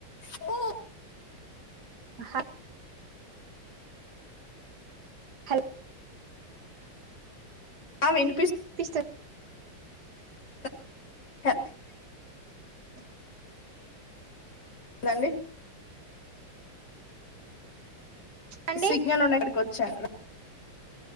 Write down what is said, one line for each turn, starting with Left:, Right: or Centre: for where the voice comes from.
Left: Hello
Right: ఆ హాట్. హాల్.
Left: ఆా వినిపిస్తు
Right: వినిపిస్తుందా
Left: గుర్తుందా అండి? హెల్ప్.
Right: అవును.
Left: నండి.
Right: అండి
Left: సిగ్నల్, ఉండ ఇక్కడికి వచ్చా.